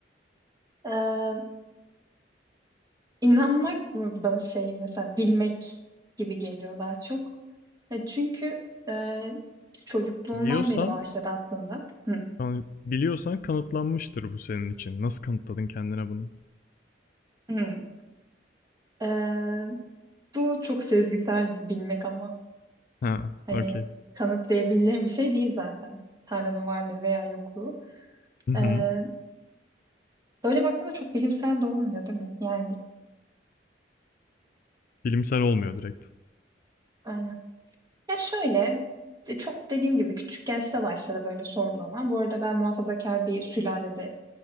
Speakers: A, on the right; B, on the left.
A: Ee, inanmak burada şey mesela bilmek gibi geliyor daha çok. E, çünkü e, çocukluğumdan
B: Biliyorsan,
A: beri başladı aslında. Hı,
B: kan- biliyorsan kanıtlanmıştır bu senin için. Nasıl kanıtladın kendine bunu?
A: hı. Ee, bu çok sezgisel bir bilmek ama
B: Ha,
A: hani
B: okey.
A: kanıtlayabileceğim bir şey değil zaten. Tanrı'nın varlığı veya yokluğu.
B: Hı hı.
A: Ee, böyle baktığında çok bilimsel de olmuyor değil mi? Yani
B: Bilimsel olmuyor direkt.
A: aynen. Ya şöyle, e, çok dediğim gibi küçük yaşta başladı böyle sorgulama. Bu arada ben muhafazakar bir sülalede